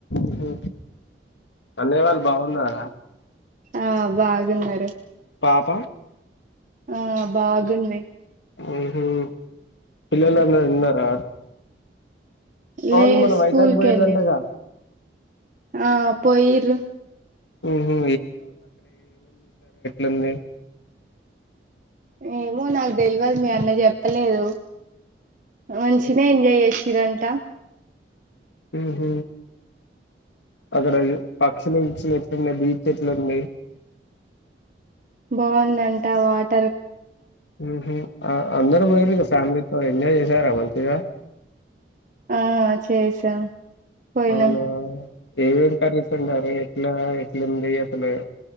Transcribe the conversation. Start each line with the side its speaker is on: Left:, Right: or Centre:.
Left: ఉహూ అన్నయ్య వాళ్ళు బాగున్నారా
Right: ఆ బాగున్ న్నారు
Left: పాప
Right: ఆ బాగుంది
Left: ఉహు పిల్లలందరూ ఉన్నారా అవును
Right: లే
Left: మొన్న
Right: స్కూల్
Left: వైజాగ్ పోయింరంటగా
Right: కెళ్ళి ఆ పోయిరు
Left: ఉహు ఇంది
Right: ఏమో నాకు దేల్ వద్ మీ అన్న చెప్పలేదు మంచిిన ఎంజాయ్ చేసిరంట
Left: హ హ అక్కడ పక్షులు ఇచ్చి ఎట్లున్నాయి బీచ్ ఎట్లున్నాయి
Right: బాగుందంటా వాచ్
Left: ఉ హ్మ్ అ అందరూ వెయ్యిరు ఫ్యామిలీతో ఎంజాయ్ చేసారా మంచిగా
Right: ఆ చేసాం పోయినాం
Left: అవునా ఎమ్ ఎమ్ కర్రీస్ వండారు ఎట్ల ఎట్లుంది ఏయి అస్తలో